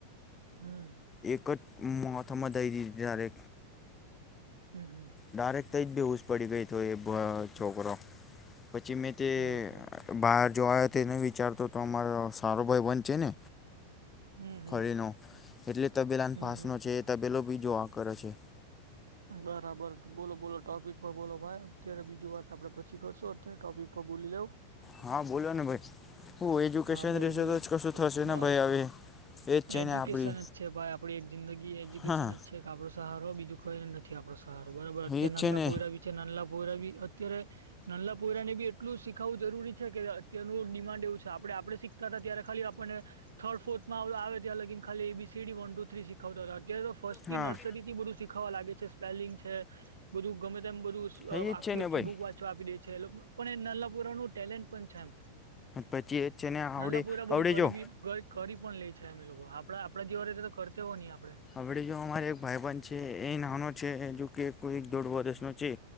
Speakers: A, on the right; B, on the left.
A: હમ્મ
B: એકટ મહત્મા જયારે
A: હમ્મ હમ્મ
B: ડાયારેક્ટ થઈ જ બ હઉસ પડી ગઈ તો એ છોકરો પછી મેં તે
A: એવું છે.
B: બહાર જો આવ તો એ નને વિચારતો તો અમારો સારો ભાઈ બન છે ને
A: હમ હમ
B: ખળનો એટલે તબેલાન
A: હમ
B: ફાસનો
A: હમ
B: છે એ તબેલો બીજોઆ કરે છે
A: બરાબર બોલો બોલો ટોપિક પર બોલો ભાઈ અત્યારે બીજું વાત આપડે પછી કરશો તે ટોપિક પર બોલી લેવ
B: હા બોલો ને ભાઈ હું એજ્યુકેશન
A: હા બોલો
B: રશે
A: બોલો
B: તો જ કશું થશે
A: બસ
B: ને ભાઈ હવે એજ છે
A: એજ્યુકેશન
B: ને આપડી
A: જ છે ભાઈ આપડી એક જિંદગી એજ્યુકેશન
B: હા
A: જ છે એક આપડો સહાર હોય બીજું કોઈને નથી આપડો સારો બરોબર અત્ય
B: એજ
A: નાના
B: છે ને
A: પોઈરા છે નનલા પોયરા બી અત્યારે નનલા પોયરા ને બી એટલું શીખાવવું જરૂરી છે કે તેનું ડિમાન્ડ એવું છે આપણે આપડણે શીખતા હતા ત્યારે ખાલી આપણને થર્ડ ફોર્થમાં આવે ત્યાં લગીને ખાલી B C D one two three શીખાવતા હતા અત્યારે તો ફર્સ્ટથી
B: હા
A: નર્સરી થી બધું શીખાવા લાગે છે સ્પેલિંગ છે બધું ગમે તેમ બધું
B: એજ
A: આખી
B: છે ને
A: આખી
B: ભાઈ
A: બુક વાંચવા આપી દે છે એ પણ એ નાનાપુરા નનું ટેલેન્ટ પણ છે એમ
B: પછી એ છે ને આવડે
A: નાના પોયરા બધું
B: આવડે
A: કરી
B: જો
A: બી કરી પણ લે છે અમે લોકો આપણા આપણા જેવા રીતે તો કરતા હોય નહી આપે
B: હળ જો અમારે એક ભાઈબન છે એ નાનો છે જો કે કોઈ એક દોઢ વર્ષનો છે